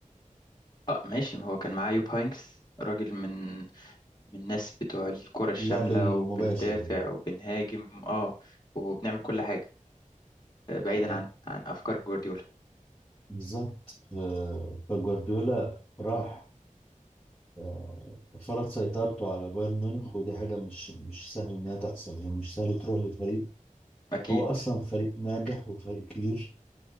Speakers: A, on the left; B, in the centre.
A: اه ماشي ما هو كان معاه يوب هاينكس راجل من من الناس بتوع الكرة الشاملة
B: اللعب المباشر
A: وبندافع وبنهاجم اه وبنعمل كل حاجة آه، بعيدا
B: يعني
A: عن عن أفكار جوارديولا
B: بالظبط آه، فجوارديولا راح آه، فرض سيطرته على بايرن ميونخ ودي حاجة مش مش سهل إنها تحصل يعني مش سهل تروح لفريق
A: أكيد
B: هو أصلا فريق ناجح وفريق كبير